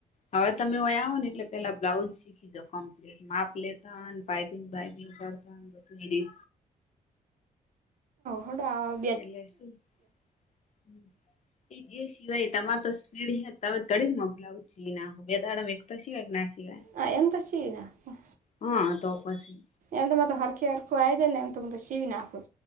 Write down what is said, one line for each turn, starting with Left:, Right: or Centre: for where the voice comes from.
Left: હવે તમેં આવો ને એટલે પેલા બ્લાઉઝ શીખી દો કંપ. માપ લેતા પાપિંગપિંગ કરતા બુંરી.
Right: હડા.
Left: એલે શું હ. એ જે સિવાય તમાર તો સ્પીડ હ તમે કડી જ મોકલાવ છ ના હો બેા. તો સિવાય કે ના સિવાય
Right: આ એમ તો સીવી નાખું.
Left: હા તો પછી.
Right: એમ તો મા તો હરખે હરખું આવી જાય ને એમ તો હું તો સીવી નાખું